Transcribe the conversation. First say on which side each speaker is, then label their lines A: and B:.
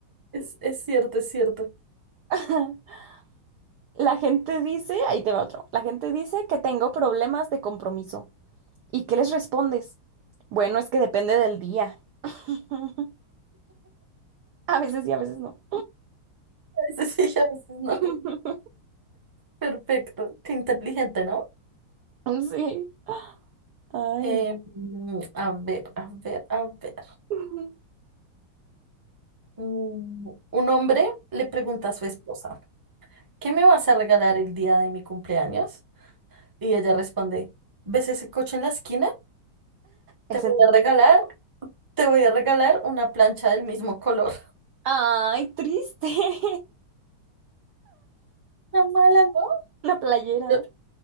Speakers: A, on the right; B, on the right.
A: es, es cierto, es cierto. <laughs>
B: <laughs> La gente dice, ahí te va otro. La gente dice que tengo problemas de compromiso. ¿Y qué les respondes? Bueno, es que depende del día. <laughs> A veces sí, a veces no.
A: A veces sí, a veces no.
B: <laughs>
A: Perfecto. Qué inteligente, ¿no?
B: Sí. Ay,
A: Eh,
B: no.
A: mm, a ver, a ver, a ver.
B: <laughs>
A: Mm, un hombre le pregunta a su esposa, ¿qué me vas a regalar el día de mi cumpleaños? Y ella responde, ¿ves ese coche en la esquina?
B: Ese
A: Te voy
B: no.
A: a regalar, te voy a regalar una plancha del mismo color.
B: Ay, triste. <laughs>
A: <laughs> ¿Tan mala, ¿no?
B: La playera.
A: Pero